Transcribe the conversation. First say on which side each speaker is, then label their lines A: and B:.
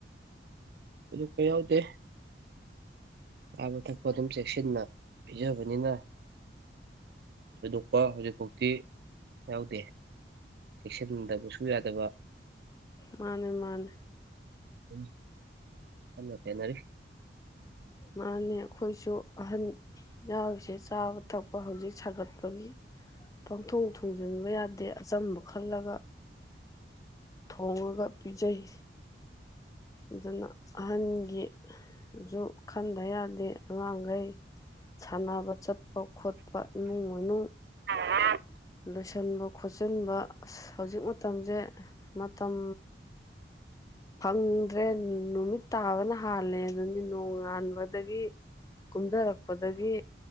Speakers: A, on the right; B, on the left.
A: ꯊꯣꯏꯗꯣꯛꯄ ꯌꯥꯎꯗꯦ ꯆꯥꯕ ꯊꯛꯄ ꯑꯗꯨꯝ ꯆꯦꯛꯁꯤꯟꯅ ꯄꯤꯖꯕꯅꯤꯅ ꯊꯣꯏꯗꯣꯛꯄ ꯍꯧꯖꯤꯛꯐꯥꯎꯇꯤ ꯌꯥꯎꯗꯦ ꯆꯦꯛꯁꯤꯟꯗꯕꯁꯨ ꯌꯥꯗꯕ
B: ꯃꯥꯅꯦ ꯃꯥꯅꯦ
A: ꯎꯝ ꯍꯁꯦꯅꯔꯤ
B: ꯃꯥꯅꯦ ꯑꯩꯈꯣꯏꯁꯨ ꯑꯍꯟ ꯌꯥꯎꯔꯤꯁꯦ ꯆꯥꯕ ꯊꯛꯄ ꯍꯧꯖꯤꯛ ꯁꯥꯒꯠꯄꯒꯤ ꯄꯪꯊꯣꯡ ꯊꯣꯡꯖꯤꯟꯕ ꯌꯥꯗꯦ ꯑꯗꯩ ꯑꯆꯝꯕ ꯈꯜꯂꯒ ꯊꯣꯡꯉꯒ ꯄꯤꯖꯩ ꯑꯗꯨꯅ ꯑꯍꯟꯒꯤꯁꯨꯨ ꯈꯟꯗ ꯌꯥꯗꯦ ꯑꯉꯥꯡꯈꯩ ꯁꯥꯟꯅꯕ ꯆꯠꯄ ꯈꯣꯠꯄ ꯏꯃꯨꯡ ꯃꯅꯨꯡ
A: ꯑ
B: ꯂꯣꯏꯁꯤꯟꯕ ꯈꯣꯠꯆꯤꯟꯕ ꯑ ꯍꯧꯖꯤꯛ ꯃꯇꯝꯁꯦ ꯃꯇꯝ ꯐꯪꯗ꯭ꯔꯦ ꯅꯨꯃꯤꯠ ꯇꯥꯕꯅ ꯍꯥꯜꯂꯦ ꯑꯗꯨꯗꯤ ꯅꯣꯡꯉꯥꯟꯕꯗꯒꯤ ꯀꯨꯝꯊꯔꯛꯄꯗꯒꯤ